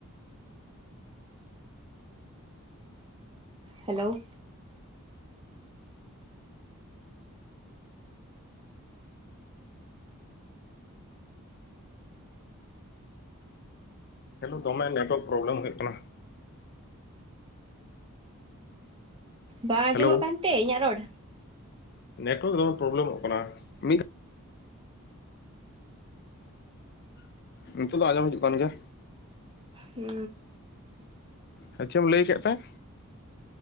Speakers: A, on the right; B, on the left.
A: ᱦᱮᱞᱳᱣ᱾
B: ᱦᱮᱞᱳ ᱫᱚᱢᱮ ᱱᱮᱴᱣᱟᱨᱠ ᱯᱨᱚᱵᱞᱮᱢ ᱦᱩᱭᱩᱜ ᱠᱟᱱᱟ ᱾
A: ᱵᱟᱝ ᱟᱸᱡᱚᱢᱚᱜ
B: ᱦᱮᱞᱳ
A: ᱠᱟᱱᱛᱮ ᱤᱧᱟᱹᱜ ᱨᱚᱲ?
B: ᱱᱮᱴᱳᱣᱟᱨᱠ ᱫᱚᱢᱮ ᱯᱨᱚᱵᱞᱮᱢᱚᱜ ᱠᱟᱱᱟ ᱢᱤᱫ ᱱᱤᱛᱚᱜ ᱫᱚ ᱟᱸᱡᱚᱢ ᱦᱤᱡᱩᱜ ᱠᱟᱱ ᱜᱮᱭᱟ᱾
A: ᱦᱩ,
B: ᱪᱮᱫ ᱪᱚᱢ ᱞᱟᱹᱭ ᱠᱮᱫ ᱛᱮᱸ?